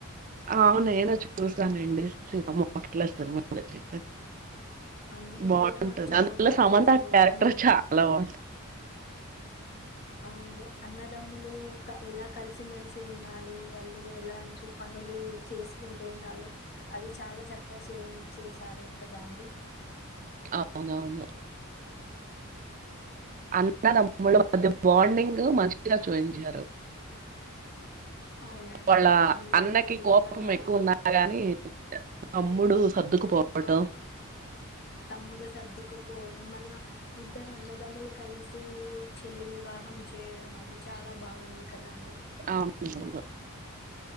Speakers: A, on the right; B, on the left.
A: అవు నేను చూసానండి సీత పట్లా స మ చె
B: అందులో
A: బాగుంటుంది
B: కూడా చాలా
A: అందుల్లో
B: బాగా
A: సమంత
B: చేశారు
A: క్యారెక్టర్
B: అన్నదం
A: చాలా బాగుంటుంది
B: అవును అన్నదమ్ములు ఎలా కల్సి మెలిసి ఉండాలి వాళ్ళ ఎలాంటి పనులు చేసుకుంట ఉండాలి అది చాలా చక్కగా చేంజ్ చేసారు కదా అండి
A: అవునవును అన్నదమ్ముల బాండింగ్ మంచిగా చూయించారు
B: అవునండి
A: వాళ్ళ
B: అందులో
A: అన్నకి
B: మళ్ళీ
A: కోపం
B: వాళ్ళ
A: ఎక్కువ ఉన్నా గాని తమ్ముడు సర్దుకుపోవటం
B: ఆ తమ్ముడు సర్దుకుపోవడం వల్ల ఇద్దరు అన్నదమ్ములు కలిసి చెల్లి వివాహం చేయడం అది చాలా బాగుంది కదండి
A: అవును